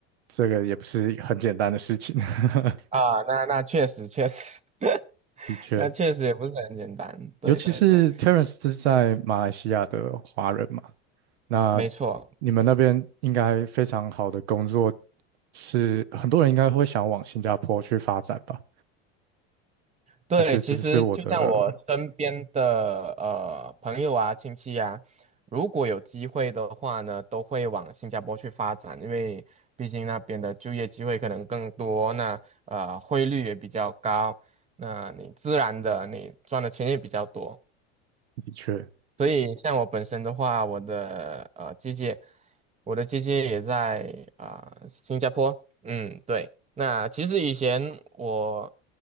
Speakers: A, on the right; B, on the right.
A: 这个也不是很简单的事情，<laughs>
B: 啊，那那确实确实。<laughs>
A: 的确，
B: 那确实也不是很简单，对对对，
A: 尤其是 Terence 是在马来西亚的华人嘛，那
B: 没错，
A: 你们那边应该非常好的工作是，很多人应该会想往新加坡去发展吧？
B: 对，
A: 还是这是我的
B: 其实就像我身边的呃朋友啊、亲戚啊，如果有机会的话呢，都会往新加坡去发展，因为毕竟那边的就业机会可能更多，那呃汇率也比较高，那你自然的你赚的钱也比较多。
A: 的确，
B: 所以像我本身的话，我的呃姐姐，我的姐姐也在啊、新加坡。嗯，对。那其实以前我